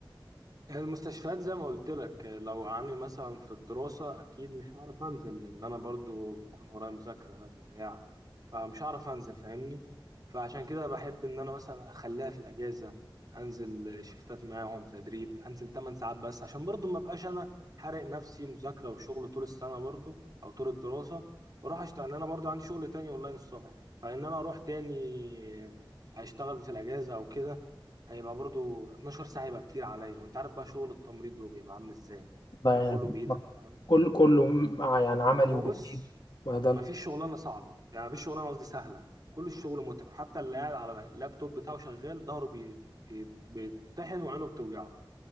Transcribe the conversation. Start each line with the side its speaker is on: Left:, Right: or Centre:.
Right: هي المستشفيات زي ما قلت لك لو عني مثلا في الدراسة أكيد مش هعرف أنزل لأن أنا برضو بيكون ورايا مذاكرة بتاع فمش هعرف أنزل فاهمني فعشان كده بحب إن أنا مثلا أخليها في الأجازة أنزل شفتات معاهم تدريب أنزل 8 ساعات بس عشان برضو ما أبقاش أنا حارق نفسي مذاكرة وشغل طول السنة برضو أو طول الدراسة وأروح أشتغل لأن أنا برضو عندي شغل تاني أونلاين الصبح فإن أنا أروح تاني أشتغل في الأجازة أو كده هيبقى برضو 12 ساعة يبقى كتير عليا وانت عارف بقى شغل التمريض ده بيبقى عامل ازاي
Left: بقى
Right: يبقى
Left: يعني
Right: كله بإيدك فاهم
Left: كل كله مع يعني عملي
Right: هو
Left: وبالايد
Right: بص
Left: ما ده
Right: مفيش
Left: لا.
Right: شغلانة صعبة يعني مفيش شغلانة قصدي سهلة كل الشغل متعب حتى اللي قاعد على اللابتوب بتاعه شغال ظهره بي... بي- بيتطحن وعينه بتوجعه